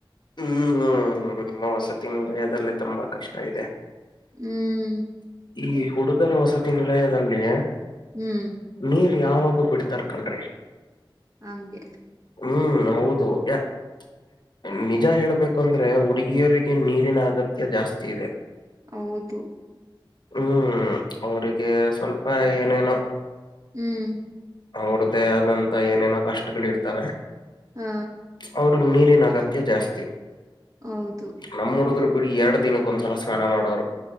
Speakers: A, on the left (about 60°); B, on the right (about 40°).
A: ಹ್ಮ್ ಹ್ಮ್ ನಿಮ್ಮ ವಸತಿ ನಿಲಯದಲ್ಲಿ ತುಂಬಾ ಕಷ್ಟ ಇದೆ.
B: ಹ್ಮ್.
A: ಈ ಹುಡುಗರ ವಸತಿ ನಿಲಯದಲ್ಲಿ.
B: ಹ್ಮ್.
A: ನೀರ್ ಯಾವಾಗೂ ಬಿಡ್ತಾರ್ ಕಣ್ರೀ.
B: ಹಂಗೆ.
A: ಹ್ಮ್ ಹೌದು ಯ ನಿ. ನಿಜ ಹೇಳ್ಬೇಕುಂದ್ರೆ ಹುಡುಗಿಯರಿಗೆ ನೀರಿನ ಅಗತ್ಯ ಜಾಸ್ತಿ ಇದೆ.
B: ಹೌದು.
A: ಹ್ಮ್ ಅವರಿಗೆ ಸ್ವಲ್ಪ ಏನೇನು.
B: ಹ್ಮ್.
A: ಅವ್ರದ್ದೇ ಆದಂತ ಏನೇನೋ ಕಷ್ಟಗಳ ಇರುತ್ತವೆ.
B: ಹಾ.
A: ಅವ್ರಗ್ ನೀರಿನ ಅಗತ್ಯ ಜಾಸ್ತಿ.
B: ಹೌದು.
A: ನಮ್ಮ ಹುಡುಗರು ಬಿಡು ಎರಡ್ ದಿನಕ್ಕ ಒಂದ್ಸಲ ಸ್ನಾನ ಮಾಡುತ್ತಾರೆ.